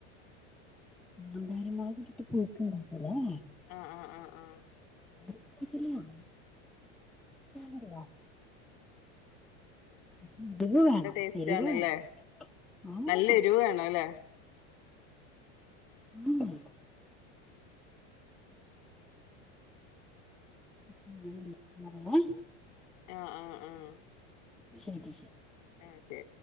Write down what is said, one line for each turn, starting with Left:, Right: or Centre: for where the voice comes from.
Centre: കാന്താരി മുളകിട്ടിട്ട് പുഴുക്കുണ്ടാക്കൂല്ലോ ഏഹ്.
Left: ആഹ് ആഹ് ആഹ് ആഹ്
Centre: നല്ല സിനിമ <unintelligible> അതല്ല എരിവ്
Left: നല്ല
Centre: വേണം
Left: ടേസ്റ്റ്
Centre: എരിവ്
Left: ആണ്ല്ലേ
Centre: വേണം ആഹ്.
Left: നല്ല എരിവ് വേണല്ലേ
Centre: ആഹ് അതല്ല പറയാം.
Left: ആഹ് ആഹ് ആഹ്
Centre: ശരി ശരി
Left: ഓക്കേ